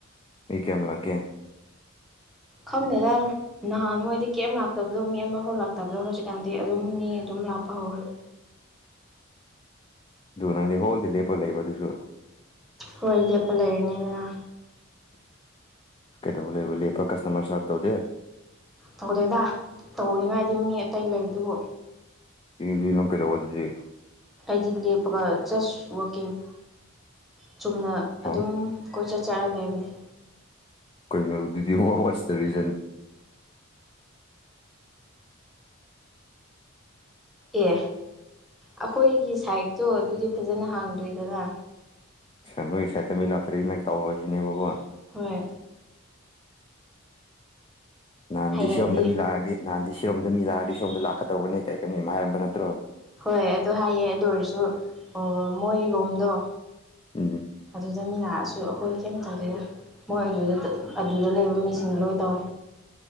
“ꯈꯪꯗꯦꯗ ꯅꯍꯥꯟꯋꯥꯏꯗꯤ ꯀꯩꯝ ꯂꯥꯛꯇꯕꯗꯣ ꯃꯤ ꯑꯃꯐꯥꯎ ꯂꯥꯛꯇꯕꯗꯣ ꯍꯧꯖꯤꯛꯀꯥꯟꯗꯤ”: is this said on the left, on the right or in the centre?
Centre